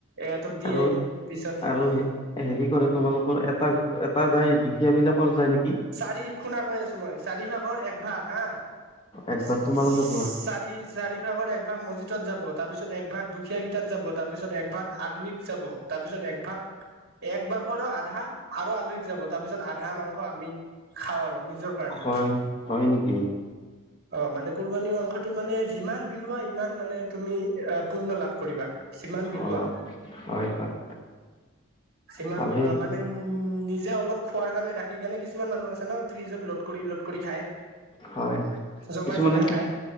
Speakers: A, on the right (about 45°); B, on the left (about 20°).
A: এহেঁতক দিয়ে
B: আৰু
A: পিছত
B: আৰু হেৰি কৰে তোমালোকৰ এটা এটা যায়। দুখীয়া বিলাকৰ যায় নেকি?
A: চাৰি খুনা কৈ আছো। চাৰি ভাগৰ এক ভাগ হা
B: একভাগ
A: চাৰি
B: তোমালোকে পোৱা
A: চাৰিভাগৰ এক এক ভাগ মছজিদত যাব। তাৰপিছত এক ভাগ দুখীয়া কিটাত যাব। তাৰ পিছত এক ভাগ আলহীক যাব। তাৰ পিছত একভাগ এক ভাগৰো আধা আৰু আলহীক যাব তাৰপিছত আধা মাংস আমি খাও আৰু নিজৰ
B: এ
A: কাৰণে।
B: হয় হয় নেকি
A: অ' মানে কুৰবানী মাংসটো মানে যিমান বিলোৱা সিমান মানে তুমি আ পুণ্য লাভ কৰিবা! যিমান বিলোৱা,
B: অ হয় হয়
A: যিমান
B: ভালেই
A: বিলোৱা মানে, নিজে অলপ খোৱাৰ কাৰণে ৰাখি কাৰণে কিছু কিছুমান মানুহ আছে ন ফ্ৰিজত ল'ড কৰি ল'ড কৰি খাই!
B: হয় হয়
A: জমাই
B: কিছুমানে,
A: জমাই খাই